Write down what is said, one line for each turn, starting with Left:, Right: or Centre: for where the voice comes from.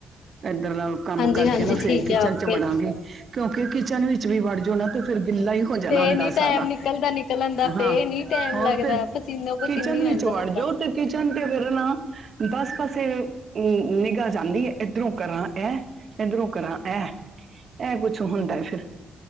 Right: ਇਧਰਲਾ ਕੰਮ
Left: ਹਾਂਜੀ
Right: ਕਰਕੇ
Left: ਹਾਂਜੀ
Right: ਨਾ ਫੇਰ
Left: ਠੀਕ
Right: ਕਿਚਨ
Left: ਆ ਓਕੇ
Right: ਵੜਾਂਗੀ ਕਿਉਂਕਿ ਕਿਚਨ ਵਿੱਚ ਵੀ ਵੜ ਜੋ ਨਾ ਤੇ ਫੇਰ ਗਿੱਲਾ ਹੀ ਹੋ ਜਾਨਾ
Left: ਤੇ
Right: ਹੁੰਦਾ
Left: ਨੀ ਟਾਈਮ
Right: ਸਾਰਾ।
Left: ਨਿਕਲਦਾ ਨਿਕਲਣ ਦਾ
Right: ਹਾਂ
Left: ਤੇ ਨੀ ਟਾਈਮ
Right: ਹੋਰ
Left: ਲੱਗਦਾ
Right: ਤੇ
Left: ਪਸੀਨੋ ਪਸੀਨੀ
Right: ਕਿਚਨ
Left: ਹੋ
Right: ਵਿੱਚ
Left: ਜਾਂਦਾ
Right: ਵੜ
Left: ਬੰਦਾ
Right: ਜਾਓ ਤੇ ਕਿਚਨ ਤੇ ਫੇਰ ਨਾ ਪਾਸ ਪਾਸੇ <unintelligible> ਨਿਗਾਹ ਜਾਂਦੀ ਐ ਏਧਰੋਂ ਕਰਾਂ ਇਹ, ਏਧਰੋਂ ਕਰਾਂ ਹੈ, ਇਹ ਕੁੱਛ ਹੁੰਦਾ ਹੈ ਫੇਰ।